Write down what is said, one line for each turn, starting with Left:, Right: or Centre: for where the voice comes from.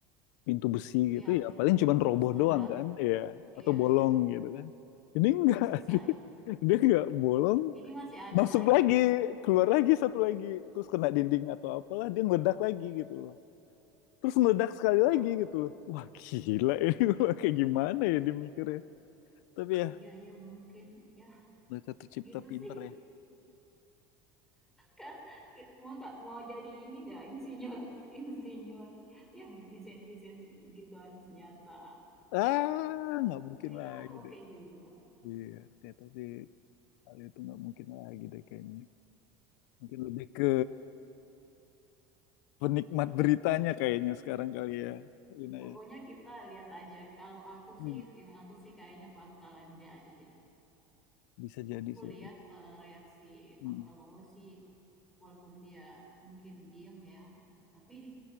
Left: pintu besi
Centre: iya
Left: gitu ya paling cuma
Centre: terus
Left: roboh
Centre: meledak
Left: doang kan ya atau
Centre: iya
Left: bolong
Centre: iya
Left: gitu kan. Ini enggak
Centre: udah selesai
Left: <laughs> dia, dia enggak bolong
Centre: ini masih ada
Left: masuk
Centre: lagi
Left: lagi keluar lagi satu lagi terus kena dinding atau apalah dia meledak lagi gitu loh. Terus meledak sekali
Centre: wah
Left: lagi gitu loh. Wah gila <laughs> ini gua kayak gimana ya dia mikirnya. Tapi ya
Centre: iya iya mungkin ya
Left: mereka tercipta
Centre: gitu
Left: pinter
Centre: sih
Left: ya.
Centre: kak mau Kak, mau jadi ini nggak insinyur <laughs> insinyur yang desain desain gituan senjata
Left: Ah nggak mungkin
Centre: kayaknya
Left: lagi
Centre: oke
Left: deh.
Centre: okay juga
Left: Iya, kayak tapi Kali itu nggak mungkin lagi deh kayaknya. Mungkin lebih ke penikmat beritanya kayaknya sekarang kali ya, Lina
Centre: Pokoknya
Left: ya.
Centre: kita lihat aja. Kalau aku
Left: Hmm.
Centre: sih, ini aku sih kayaknya bakalan jadi deh.
Left: Bisa jadi
Centre: Aku
Left: sih.
Centre: lihat eh, reaksi
Left: Hmm.
Centre: Pak Prabowo sih, walaupun dia mungkin diem ya, tapi <laughs> di-